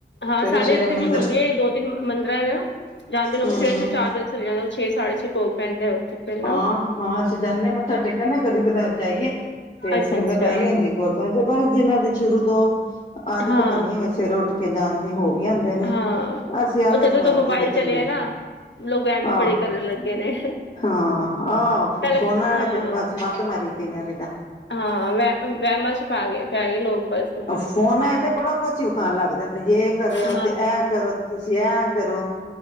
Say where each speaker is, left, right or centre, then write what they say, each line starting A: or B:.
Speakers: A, on the left; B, on the left.
A: ਹਾਂ
B: ਸਵੇਰੇ
A: ਸਾਡੇ
B: ਸਵੇਰੇ
A: ਏਥੇ
B: ਮੰਦਿਰ
A: ਵੀ ਹੁੰਦੀ ਐ, ਦੋ ਤਿੰਨ ਮੰਦਿਰਾਂ <unintelligible> ਜਾਂਦੇ ਲੋਕ
B: ਹਮ
A: ਸਵੇ ਸ ਚਾਰ ਵਜੇ ਚੱਲ ਜਾਂਦੇ ਛੇ ਸਾਢੇ ਛੇ ਭੋਗ ਪੈਂਦਾ ਉੱਥੇ ਪੈਲਾਂ
B: ਹਾਂ ਹਾਂ ਅਸੀਂ ਜਾਂਨੇ ਆ ਮੱਥਾ ਟੇਕਣ ਨਾ ਕਦੇ ਕਦਾਰ ਜਾਈਏ, ਤੇ
A: ਅੱਛਾ
B: ਸੰਗਤ
A: ਅੱਛਾ
B: ਆਈ ਹੁੰਦੀ ਗੁਰਦੁਆਰੇ ਚ ਬਸ ਜਿਨਾਂ ਦੇ ਸ਼ੁਰੂ ਤੋਂ, ਆਦਤ
A: ਹਾਂ
B: ਬਣੀ ਹੋਵੇ ਸਵੇਰੇ ਉੱਠ ਕੇ ਜਾਣ ਦੀ ਹੋ ਵੀ ਆਂ ਆਂਦੇ ਨੇ,
A: ਹਾਂ
B: ਅਸੀਂ ਆਲਸ਼
A: ਉਹ ਜਦੋਂ ਦਾ
B: ਮਾਰ
A: ਮੋਬਾਇਲ
B: ਜਈਦਾ
A: ਚਲਿਆ
B: ਕਦੀ-ਕਦੀ
A: ਨਾ ਲੋਕ ਵਹਿਮ ਵੀ
B: ਆਹ
A: ਬੜੇ ਕਰਨ ਲੱਗੇ ਨੇ
B: ਹਾਂ ਆ,
A: ਪਹਿਲੇ
B: ਫੋਨਾਂ
A: ਹਾਂ
B: ਨੇ ਤੇ ਬਸ ਮੱਤ ਮਾਰੀ ਕਈਆਂ ਦੀ ਤਾਂ
A: ਹਾਂ ਵ ਵਹਿਮਾਂ ਚ ਪਾ ਗਏ ਪੈ ਗਏ ਲੋਕ ਬਸ ਹੁਣ
B: ਫੋਨਾ ਵਿਚ ਤਾਂ ਬੜਾ ਕੁਛ ਵਿਖਾਣ ਲੱਗ ਜਾਂਦਾ ਜੇ ਇਹ ਕਰੇ,
A: ਹਾਂ
B: ਤੇ ਇਹ ਕਰੋ ਤੇ ਤੁਸੀਂ ਐਂ ਕਰੋ,